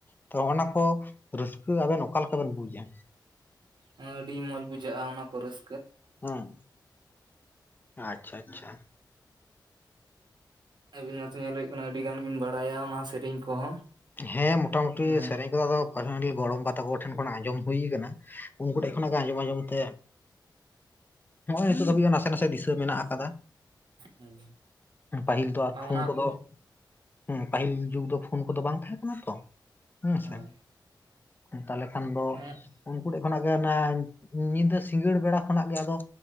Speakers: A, on the left; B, on the right.
A: ᱛᱚ ᱦᱚᱸᱜᱚᱱᱟ ᱠᱚ ᱨᱟᱹᱥᱠᱟᱹ ᱟᱵᱮᱱ ᱚᱠᱟ ᱞᱮᱠᱟ ᱵᱮᱱ ᱵᱩᱡᱟ?
B: ᱦᱮᱸ ᱟᱹᱰᱤ ᱢᱚᱸᱡᱽ ᱵᱩᱡᱷᱟᱹᱜᱼᱟ ᱚᱱᱟ ᱠᱚ ᱨᱟᱹᱥ
A: ᱦᱚᱸ ᱟᱪᱪᱷᱟ ᱟᱪᱪᱷᱟ᱾
B: ᱟᱹᱵᱤᱱ ᱚᱱᱟᱛᱮ ᱧᱮᱞ ᱦᱩᱭᱩᱜ ᱠᱟᱱᱟ ᱟᱹᱰᱤ ᱜᱟᱱ ᱵᱤᱱ ᱵᱟᱲᱟᱭᱟ ᱚᱱᱟ ᱥᱮᱨᱮᱧ ᱠᱚᱦᱚᱸ᱾
A: ᱦᱮᱸ ᱢᱚᱴᱟ ᱢᱩᱴᱤ
B: ᱦᱮᱸ
A: ᱥᱮᱨᱮᱧ ᱠᱚᱫᱚ ᱟᱫᱚ ᱯᱟᱹᱱᱦᱟᱹᱲᱤ ᱜᱚᱲᱚᱢ ᱵᱟ ᱛᱟᱠᱚ ᱴᱷᱮᱱ ᱠᱷᱱᱟᱜ ᱟᱸᱡᱚᱢ ᱦᱩᱭ ᱠᱟᱱᱟ᱾ ᱩᱱᱠᱩ ᱴᱮᱡ ᱠᱷᱚᱱᱟᱜ ᱜᱮ ᱟᱸᱡᱚᱢ ᱟᱸᱡᱚᱢ ᱛᱮ ᱱᱚᱜᱚᱭ ᱱᱤᱛᱚᱜ ᱫᱷᱟᱹᱵᱤᱡ ᱦᱚᱸ ᱱᱟᱥᱮ ᱱᱟᱥᱮ ᱫᱤᱥᱟᱹ ᱢᱮᱱᱟᱜ ᱟᱠᱟᱫᱟ᱾
B: ᱦᱮᱸ
A: ᱯᱟᱹᱦᱤᱞ ᱫᱚ ᱟᱨ ᱯᱷᱩᱱ
B: ᱚᱱᱟ
A: ᱠᱚᱫᱚ
B: ᱠᱚ
A: ᱦᱩᱸ ᱯᱟᱹᱦᱤᱞ ᱡᱩᱜᱽ ᱫᱚ ᱯᱷᱩᱱ ᱠᱚᱫᱚ ᱵᱟᱝ ᱛᱟᱦᱮᱸ ᱠᱟᱱᱟ ᱛᱚ᱾ ᱦᱮᱸᱥᱮ
B: ᱦᱮᱸ
A: ᱛᱟᱦᱞᱮ ᱠᱷᱟᱱ ᱫᱚ
B: ᱦᱮᱸ
A: ᱩᱱ ᱠᱩᱴᱤᱡ ᱠᱷᱚᱱᱟᱜ ᱜᱮ ᱱᱟᱦᱟᱜ ᱧᱤᱫᱟᱹ ᱥᱤᱸᱜᱟᱹᱲ ᱵᱮᱲᱟ ᱠᱷᱚᱱᱟᱜ ᱠᱚ ᱟᱫᱚ